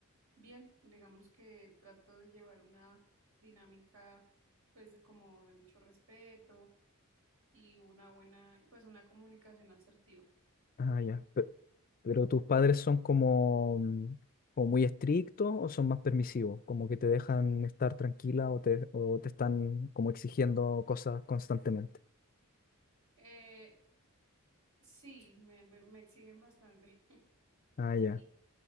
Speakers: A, on the right; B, on the left.
A: bien, digamos que trato de llevar una dinámica, pues, de como de mucho respeto y una buena, y, pues, una comunicación asertiva.
B: Ah, ya.
A: ¿sí?
B: Pero tus padres son como, mm, como muy estrictos o son más permisivos, como que te dejan estar tranquila o te, o te están como exigiendo cosas constantemente.
A: Eh, sí, me, me me exigen bastante. <laughs>
B: Ah, ya.
A: Y